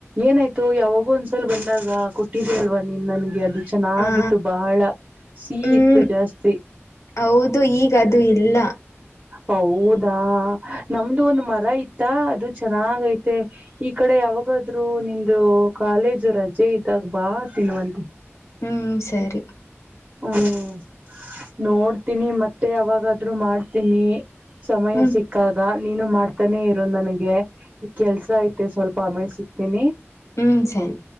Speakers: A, on the right; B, on the left.
A: ಏನಾಯ್ತು ಯಾವಾಗ ಒಂದ್ಸಲ್ ಬಂದಾಗ ಕೊಟ್ಟಿದ ಅಲ್ವಾ ನೀನ್ ನನ್ಗೆ ಅಡ್ ಚೆನ್ನಾಗಿತ್ತು
B: ಆ
A: ಬಹಳ ಸಿಹ
B: ಹ್ಮ್
A: ಇತ್ತು ಜಾಸ್ತಿ
B: ಹೌದು ಈಗ ಅದು ಇಲ್ಲ
A: ಹೌದಾ ನಮ್ದು ಒಂದ್ ಮರ ಇತ್ತ ಅದು ಚೆನ್ನಾಗ ಐತೆ ಈ ಕಡೆ ಅವಾಗಾದ್ ಬಾ ನಿಮ್ದ ಕಾಲೇಜು ರಜೆ ಇದ್ದಾಗ ಬಾ ತಿನ್ವಂತಿ
B: ಹ್ಮ್ ಸರಿ
A: ಹ್ಮ್ ನೋಡ್ತೀನಿ ಮತ್ತೆ ಯಾವಾಗಾದ್ರು ಮಾಡ್ತೀನಿ ಸಮಯ
B: ಹ್ಮ್
A: ಸಿಕ್ಕಾದ ನೀನು ಮಾಡ್ತಾನೆ ಇರೋ ನನಗೆ ಈ ಕೆಲ್ಸ ಐತೆ ಸ್ವಲ್ಪ ಅಮೇಸತೀನಿ
B: ಹ್ಮ್ ಸರಿ